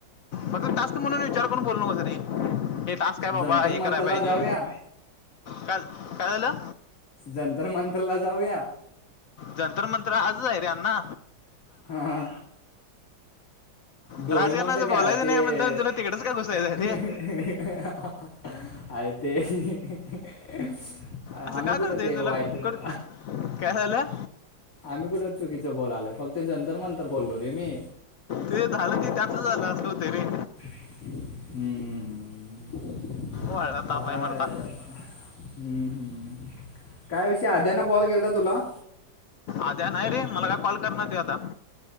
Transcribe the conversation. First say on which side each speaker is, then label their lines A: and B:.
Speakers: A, on the left (about 70°); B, on the left (about 45°).
A: फक्त टास्क म्हणून विचार करून बोलु नकोस रे, हे टास्क काय बाबा
B: जंतर
A: हे
B: मंतरला
A: कराय पाहिजे.
B: जाऊया
A: काय काय झालं?
B: जंतर मंतरला जाऊया.
A: जंत्तर मंतर आजच आहे रे आन्ना.
B: हा! डोरेमणच
A: राजकारणाचं
B: काय
A: बोलायचं
B: ते.
A: नाही म्हणता तुला तिकडंच का घुसायचं
B: <unintelligible>
A: आहे रे
B: आम्ही
A: असं का
B: कुठे
A: करतोय
B: ते
A: तुला
B: वाईटं
A: कुठं
B: बो
A: काय झालं
B: आम्ही कुठं चुकीचं बोलालो फक्त जंतर मंतर बोललो रे मी.
A: ते झालं की त्याच झालं असं होत रे.
B: हम्म
A: वाढला
B: काय
A: ताप आहे मला
B: हम्म हम्म काय विषय आद्या ने कॉल केलता तुला?
A: आद्या नाही रे मला काय कॉल करणार दे आता.